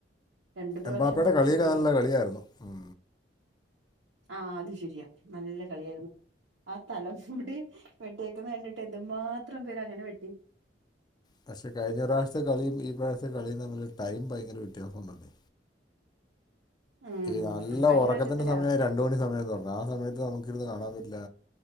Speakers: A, on the right; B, on the left.
A: രണ്ട് പ്രാവശ്യം
B: എമ്പാപ്പയുടെ
A: കൊണ്ടോയില്ലേ
B: കളിക്കല്ല കളിയായിരുന്നു ഉ
A: ആഹ അത് ശരിയാ നല്ല കളിയായിരുന്നു ആ തലമൂടി വെട്ടിയേക്കുന്ന കണ്ടിട്ട് എന്തുമാത്രം പേരങ്ങനെ വെട്ടി
B: പക്ഷെ കഴിഞ്ഞ പ്രാവശത്തെ കളിയും ഈ പ്രാവശത്തെ കളിയും തമ്മില് ടൈം ഭയങ്കര വ്യത്യാസംണല്ലേ
A: ഉം
B: യ് നല്ല
A: കഴിഞ്ഞ
B: ഉറക്കത്തിന്റെ
A: പ്രാവശ്യത്തെ
B: സമയായി
A: രാ
B: രണ്ടു മണി സമയംന്ന് പറഞ്ഞു ആ സമയത്ത് നമക്കിരുന്ന് കാണാൻ പറ്റില്ല